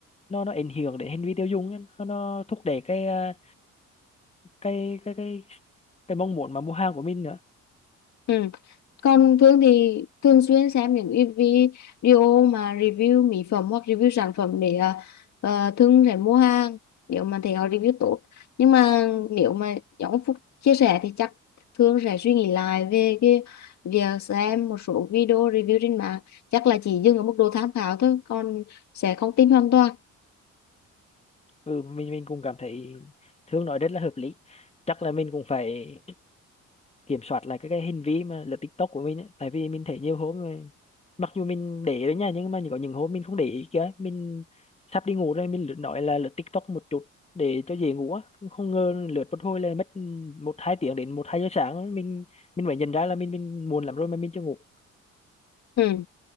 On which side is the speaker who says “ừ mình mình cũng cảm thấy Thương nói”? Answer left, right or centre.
Left